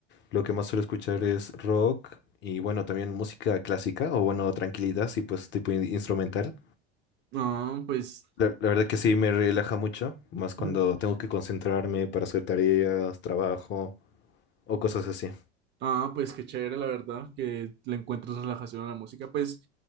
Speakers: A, on the left; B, on the right.
A: lo que más suelo escuchar es rock y bueno, también música clásica o bueno, tranquilidad, sí, pues tipo in- instrumental.
B: Ah, pues
A: La, la verdad que sí me relaja mucho, más cuando
B: <laughs>
A: tengo que concentrarme para hacer tareas, trabajo o cosas así.
B: Ah, pues qué chévere, la verdad, que le encuentres relajación a la música. Pues,